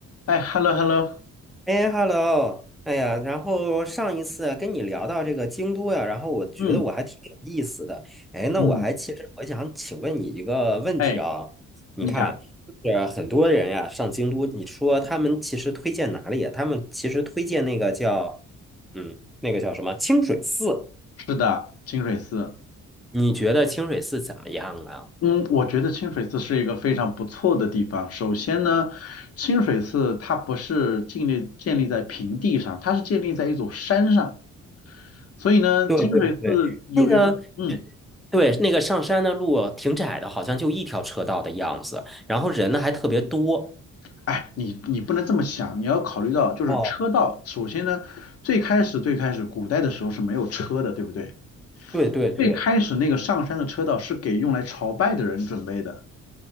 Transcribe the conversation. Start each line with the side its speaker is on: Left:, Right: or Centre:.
Left: 哎，hello hello，
Centre: 哎，hello，哎呀，然后上一次跟你聊到这个京都呀，然后我觉得我还挺有意思的。
Left: 嗯
Centre: 哎，
Left: 嗯，
Centre: 那我还其实我想请问你一个问题啊，
Left: 哎，
Centre: 你看，
Left: 你讲，
Centre: 就是很多人呀上京都，你说他们其实推荐哪里呀？他们其实推荐那个叫，嗯，那个叫什么清水寺？
Left: 是的，清水寺，
Centre: 你觉得清水寺怎么样啊？
Left: 嗯，我觉得清水寺是一个非常不错的地方。首先呢，清水寺它不是建立建立在平地上，它是建立在一座山上，所以呢，
Centre: 对对对，
Left: 清水寺有一个，
Centre: 呃，
Left: 嗯，
Centre: 对，那个上山的路挺窄的，好像就一条车道的样子，然后人呢还特别多。
Left: 哎，你你不能这么想，你要考虑到就是车道。
Centre: 哦。
Left: 首先呢，最开始最开始古代的时候是没有车的，对不对？
Centre: 对对对
Left: 最开始那个上山的车道是给用来朝拜的人准备的。